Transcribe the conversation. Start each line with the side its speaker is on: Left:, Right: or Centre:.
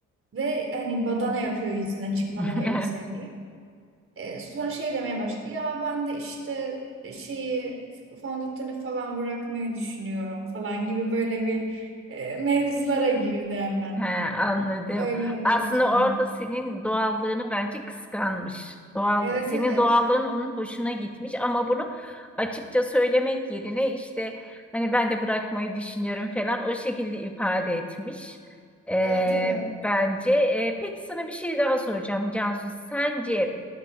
Right: ve hani badana yapıyor yüzüne çıkmadan
Centre: <laughs>
Right: öyle söyleyeyim. Ee, sonra şey demeye başladı ya ben de işte şeyi fondöteni falan bırakmayı düşünüyorum falan gibi böyle bir e, mevzulara girdi hemen.
Centre: He, anladım.
Right: Öyle olunca.
Centre: Aslında orada senin doğallığını bence kıskanmış. Doğal,
Right: Evet
Centre: senin
Right: evet.
Centre: doğallığın onun hoşuna gitmiş ama bunu açıkça söylemek yerine işte hani ben de bırakmayı düşünüyorum falan o şekilde ifade etmiş. Ee,
Right: Evet evet.
Centre: bence. Ee, peki sana bir şey daha soracağım Cansu. Sence